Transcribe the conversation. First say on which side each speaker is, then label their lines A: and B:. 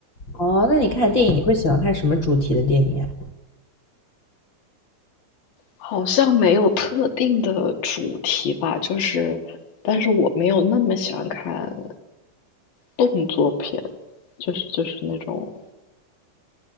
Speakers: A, on the left (about 50°); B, on the left (about 75°).
A: 哦，那你看电影你会喜欢看什么主题的电影呀？
B: 好像没有特定的主题吧，就是但是我没有那么喜欢看动作片，就是就是那种